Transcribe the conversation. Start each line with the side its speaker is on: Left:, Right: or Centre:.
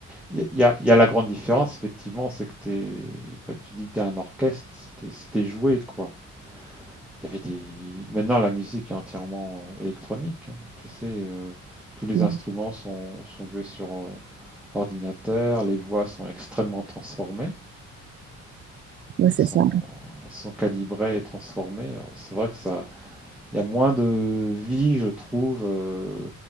Centre: Il y a, il y a la grande différence, effectivement, c'est que t'es, bah, tu dis que t'es un orchestre, c'était c'était joué, quoi. Il y avait des... Maintenant, la musique est entièrement euh, électronique. hein. Tu sais, euh, tous les
Right: Ouais,
Centre: instruments sont, sont joués sur euh, ordinateur, les voix sont extrêmement transformées,
Right: ouais, c'est
Centre: elles sont,
Right: ça.
Centre: elles sont calibrées et transformées. Alors, C'est vrai que ça, il y a moins de vie, je trouve, euh,